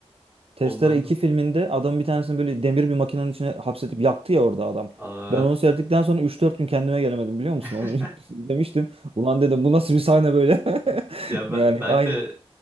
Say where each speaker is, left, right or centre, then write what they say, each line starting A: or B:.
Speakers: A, on the right (about 65°); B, on the right (about 20°).
A: Testere
B: ondan
A: iki
B: da.
A: filminde adam bir tanesini böyle demir bir makinenin içine hapsetip yaktı ya orada adam.
B: Aa.
A: Ben onu seyrettikten sonra üç dört gün kendime gelemedim biliyor musun? Onu
B: <laughs>
A: <laughs> demiştim. Ulan dedim bu nasıl bir sahne böyle? <laughs>
B: Ya ben,
A: Yani
B: ben
A: aynı.
B: de